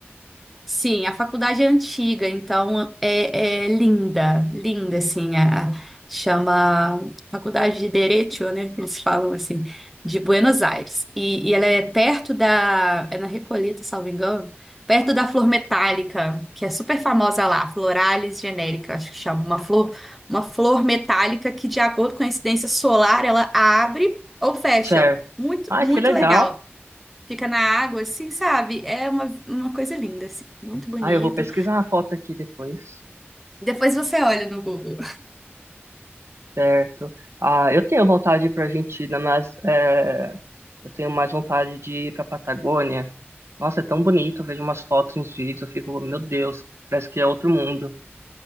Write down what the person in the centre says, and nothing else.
Sim, a faculdade é antiga, então é, é linda, linda, assim, a, a- chama Faculdade de Derecho, né? Eles falam assim, de Buenos Aires. E, e ela é perto da, é na Recoleta, salvo engano, perto da flor metálica, que é super famosa lá, Floralis generica, acho que chama, uma flor, uma flor metálica que, de acordo com a incidência solar, ela abre ou fecha.
Muito,
muito
legal. Fica na água, assim, sabe? É uma, uma coisa linda, assim, muito bonito.
Depois você olha no Google.